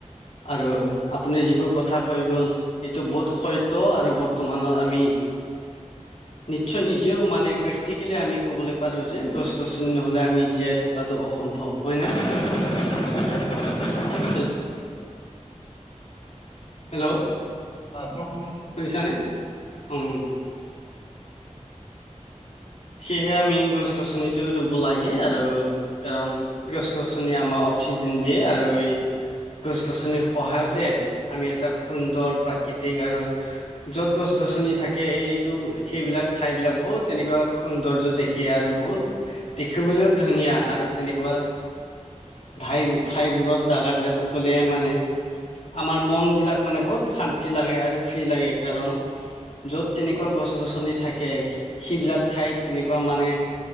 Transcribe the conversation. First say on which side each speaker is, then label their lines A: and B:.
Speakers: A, on the left; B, on the left.
A: আৰু আপুনি যিবোৰ কথা কৈ গ'ল, সেইটো বহুত হয়তো আৰু বৰ্তমানৰ আমি নিশ্চয় নিজেও মানে প্ৰেক্টিকেলি আমি ক'বলৈ পাৰো যে গছ গছনি নহলে আমি জীয়াই থ কাটো অসম্ভৱ, হয় নে?
B: <unintelligible>
A: হেল- হেল্ল'
B: হয়, মই শুনি আছো।
A: শুনিছানে উম' সেয়েহে আমি গছ গছনিতো ৰুব লাগে আৰু কাৰণ গছ গছনিয়ে আমাক অক্সিজেন দিয়ে আৰু এই গছ গছনিৰ সহায়তে আমি এটা সুন্দৰ প্ৰাকৃতিক আৰু য'ত গছ গছনি থাকে এইটো সেইবিলাক ঠাই বিলাক বহুত এনেকোৱা সৌন্দৰ্য্য দেখি আৰু বহুত দেখিবলৈও ধুনীয়া আৰু তেনেকোৱা ধাই-ঠাইবোৰত জাগা বিলাকত গ'লে মানে আমাৰ মন বিলাক মানে বহুত শান্তি লাগে আৰু ফ্ৰী লাগে, কাৰণ য'ত তেনেকোৱা গছ গছনি থাকে, সেইবিলাক ঠাইত তেনেকোৱা মানে